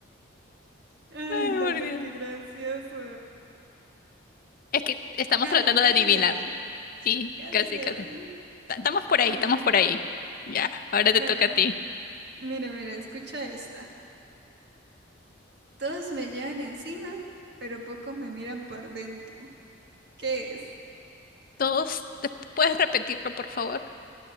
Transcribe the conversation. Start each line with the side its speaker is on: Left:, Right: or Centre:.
Right: Ay,
Left: Ay,
Right: no,
Left: por
Right: no,
Left: Dios.
Right: qué gracioso.
Left: Es que estamos
Right: Casi,
Left: tratando
Right: casi
Left: de adivinar.
Right: le doy,
Left: Sí,
Right: casi
Left: casi,
Right: le
Left: casi.
Right: doy.
Left: Estamos por ahí,
Right: Sí,
Left: estamos
Right: sí.
Left: por ahí. Ya, ahora te
Right: Bueno,
Left: toca a ti.
Right: mira, mira, escucha esta. Todos me llevan encima, pero pocos me miran por dentro. ¿Qué es?
Left: Todos, te- ¿puedes repetirlo, por favor?